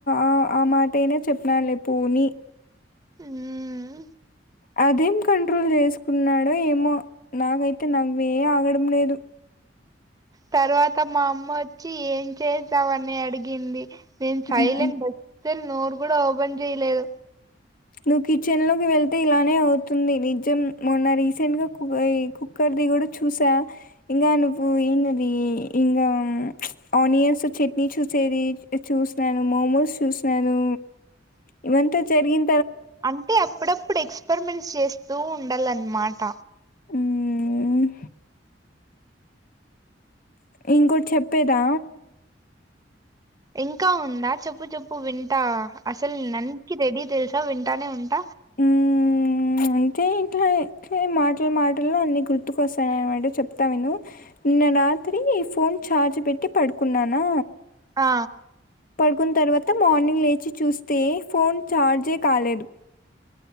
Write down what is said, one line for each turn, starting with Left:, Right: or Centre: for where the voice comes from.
Left: ఆ అ మాటైనా చెప్పిన్లే పోని
Right: మ్మ్
Left: అదేం కంట్రోల్ చేస్కున్నాడో ఏమో నాకైతే నవ్వే ఆగడం లేదు
Right: తర్వాత మా అమ్మ ఒచ్చి ఎంటే చేసావనె అడిగింది ఏన్ సైలెంట్
Left: మ్మ్.
Right: బ స్ నోరు గుడా ఓబన్ చేయలేదు
Left: నువ్వు కిచెన్ లోకి వెళ్తే ఇలానే అవుతుంది నిజం మొన్న రీసెంట్గా ఇ కు ఈ కుక్కర్ది గుడా చూసా ఇంగ నువ్వు ఏంటిది ఇంగ ఆనియన్స్ చట్నీ చూసేది చూస్నాను, మమోస్ చూస్నాను ఇవంతా జరిగిం
Right: అంటె అప్పుడప్పుడు ఎక్స్పర్మెంట్స్ చేస్ తు ఉండాలన్మాట
Left: ఊమ్ ఇంకోట్ చెప్పేదా
Right: ఇంకా ఉందా చెప్పుచెప్పు వింటా అసల్ నన్కి రెడీ తెల్ వింటానే ఉంట
Left: ఊమ్ అంటే ఇట్ల ఇ మాటల మాటల్లో అన్ని గుర్తుకొస్తాయ అన్మాట చెప్తా విను నిన్న రాత్రీ ఫోన్ చార్జ్ పెట్టి పడుకున్నానా
Right: ఆ
Left: కున్తర్వాత మార్నింగ్ లేచి చూస్తే ఫోన్ ఛార్జే కాలేద్